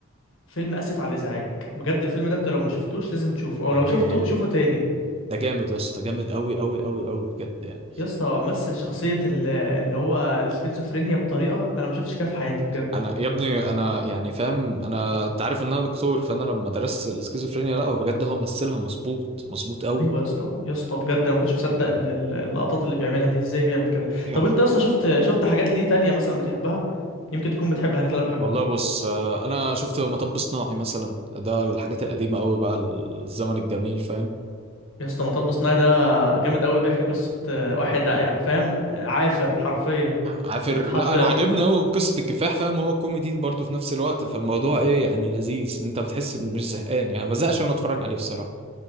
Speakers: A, on the left; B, on the right.
A: فيلم اسف على الازعاج بجد الفيلم ده انت لو ما شفتوش لازم تشوفه
B: حاجه
A: او لو شفته شوفه تاني
B: ده جامد يا اسطى جامد قوي قوي قوي قوي بجد يعني
A: يا اسطى مثل شخصية ال- اللي هو السكيزوفرينيا بطريقة أنا ما شفتش كده في حياتي بجد
B: انا يا ابني انا يعني فاهم انا انت عارف ان انا دكتور فانا لما درست السكيزوفرينيا لا بجد هو مثلها مظبوط مظبوط قوي
A: أيوة يا اسطى يا اسطى بجد أنا ما كنتش مصدق ال- ال- اللقطات اللي بيعملها دي إزاي بيعمل كده
B: يعني
A: طب أنت أصلا شفت شفت حاجات ليه تانية مثلا بتحبها يمكن تكون بتحب الحاجات اللي أنا بحبها
B: والله بص آه، انا شفت مطب صناعي مثلا ده الحاجات القديمه قوي بقى الزمن الجميل فاهم
A: يا اسطى مطب صناعي ده جامد قوي بيحكي قصة آه، واحد يعني فاهم آه، عافر حرفيا
B: عافر
A: واتحط
B: لا انا عاجبني قوي قصه الكفاح فاهم هو كوميدي برضه في نفس الوقت فالموضوع ايه يعني لذيذ انت بتحس إن مش زهقان يعني ما بزهقش وانا اتفرج عليه بصراحه